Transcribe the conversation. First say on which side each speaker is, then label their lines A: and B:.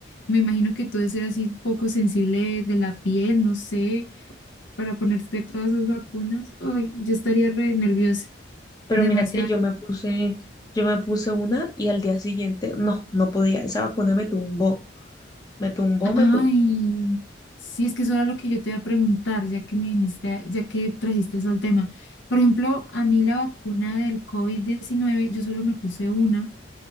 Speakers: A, on the left; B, on the left.
A: me imagino que tú debes ser así poco sensible de la piel, no sé para ponerte todas esas vacunas, uy, yo estaría re nerviosa,
B: Pero
A: demasiado.
B: mira que yo me puse, yo me puse una y al día siguiente, no, no podía. Esa vacuna me tumbó, me tumbó, me
A: Ay,
B: tumbó.
A: sí, es que eso era lo que yo te iba a preguntar, ya que me viniste, a- ya que trajiste eso al tema. Por ejemplo, a mí la vacuna del covid diecinueve, yo solo me puse una